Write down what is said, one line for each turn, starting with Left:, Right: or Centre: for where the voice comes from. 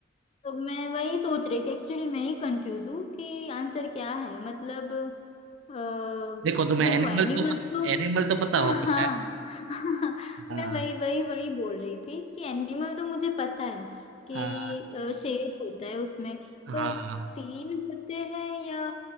Left: तो मैं वही सोच रही थी एक्चुअली मैं ही कंफ्यूज हूँ कि आंसर क्या है मतलब अ,
Right: देखो तुम्हें
Left: देखो
Right: एनिमल
Left: एनिमल
Right: तो
Left: तो
Right: एनिमल तो पता
Left: हाँ
Right: होगा शायद
Left: <laughs>
Right: हाँ
Left: मैं वही वही वही बोल रही थी कि एनिमल तो मुझे पता है कि
Right: हाँ
Left: अ, शेर होता है उसमें
Right: हाँ
Left: पर तीन होते हैं या